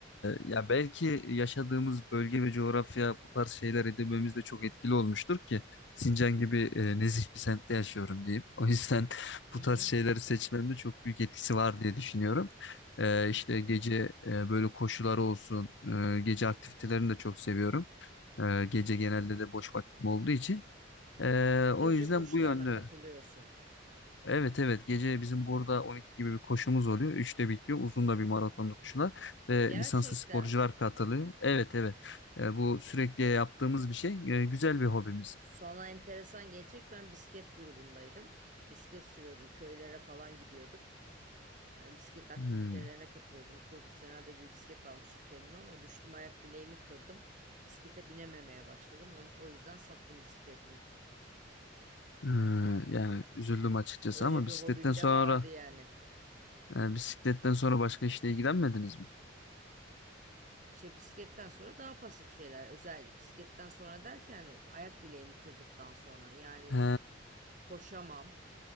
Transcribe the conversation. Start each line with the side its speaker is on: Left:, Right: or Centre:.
Left: ya belki yaşadığımız bölge ve coğrafya bu tarz şeyler edinmemizde çok etkili olmuştur ki Sincan gibi e, nezih bir semtte yaşıyorum diyeyim. O yüzden <laughs>
Right: Hı
Left: bu
Right: hı.
Left: tarz şeyleri seçmemde çok büyük etkisi var diye düşünüyorum. Ee, işte gece e, böyle koşuları olsun, e, gece aktivitelerini de çok seviyorum. Ee, gece genelde de boş vaktim olduğu için. Ee,
Right: Gece
Left: o yüzden
Right: koşularına
Left: bu yönlü
Right: katılıyorsun.
Left: Evet evet gece bizim burada 12 gibi bir koşumuz oluyor. üçte bitiyor. Uzun da bir maratonlu koşular ve
Right: Gerçekten.
Left: lisanslı sporcular katılıyor. Evet evet E, bu sürekli yaptığımız bir şey. E, güzel bir hobimiz.
Right: Sana enteresan gelecek. Ben bisiklet grubundaydım. Bisiklet sürüyordum. Köylere falan gidiyorduk. Yani bisiklet aktivitelerine
Left: Hmm.
Right: katılıyordum. Profesyonel de bir bisiklet almıştım kendime ama düştüm ayak bileğimi kırdım. Bisiklete binememeye başladım. Onu, o yüzden sattım bisikletimi.
Left: Ee, yani üzüldüm açıkçası
Right: Öyle
Left: ama
Right: bir
Left: bisikletten
Right: hobim
Left: sonra
Right: de vardı yani.
Left: e, bisikletten sonra başka işle ilgilenmediniz mi?
Right: İşte bisikletten sonra daha pasif şeyler. Özel bisikletten sonra derken ayak bileğimi kırdıktan sonra yani
Left: He,
Right: koşamam.